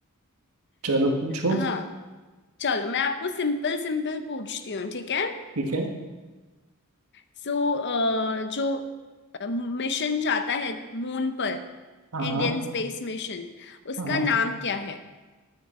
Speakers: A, on the right; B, on the left.
A: चलो पूछो
B: हाँ चलो मैं आपको सिंपल सिंपल पूछती हूँ ठीक है
A: ठीक है
B: सो जो मिशन जाता है मून पर
A: हाँ
B: इंडियन
A: हाँ
B: स्पेस मिशन उसका
A: हाँ हाँ।
B: नाम क्या है